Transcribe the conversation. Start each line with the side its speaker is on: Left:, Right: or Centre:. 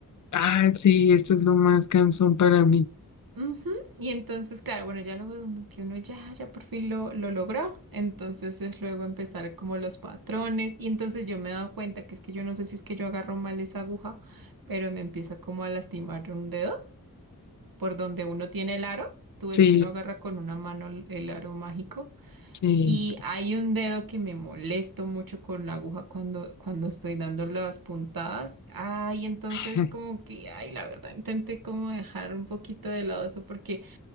Left: Ah, sí, esto es lo más cansón para mí.
Right: Ujú, Y entonces, claro, bueno, ya luego de uno- que uno ya, ya por fin lo, lo logró, entonces es luego empezar como los patrones y entonces yo me he dado cuenta que es que yo no sé si es que yo agarro mal esa aguja, pero me empieza como a lastimar un dedo. por donde uno tiene el aro. Tú ves
Left: Sí,
Right: que uno agarra con una mano el el aro mágico.
Left: sí.
Right: Y hay un dedo que me molesto mucho con la aguja cuando, cuando estoy dando las puntadas. Ay, entonces
Left: <laughs>
Right: como que, ay, la verdad, intenté como dejar un poquito de lado eso porque